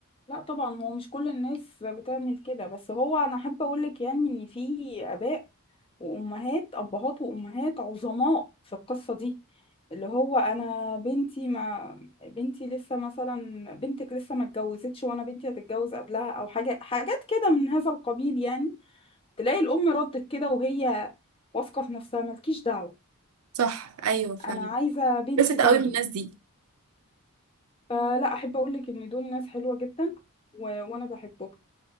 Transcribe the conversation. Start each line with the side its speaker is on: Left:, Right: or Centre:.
Left: لا طبعا هو مش كل الناس بتعمل كده بس هو انا احب اقولك يعني ان في اباء وامهات ابهات وامهات عظماء في القصة دي اللي هو انا بنتي ما بنتي لسه مثلا بنتك لسه ما اتجوزتش وانا بنتي هتتجوز قبلها او حاجه حاجات كده من هذا القبيل يعني تلاقي الأم ردت كده وهي واثقة في نفسها مالكيش دعوة
Right: صح أيوة فعلا
Left: أنا عايزة بنتي
Right: بس قوي
Left: جنبي
Right: من الناس دي
Left: فلا أحب أقولك إن دول ناس حلوة جدا و... وأنا بحبهم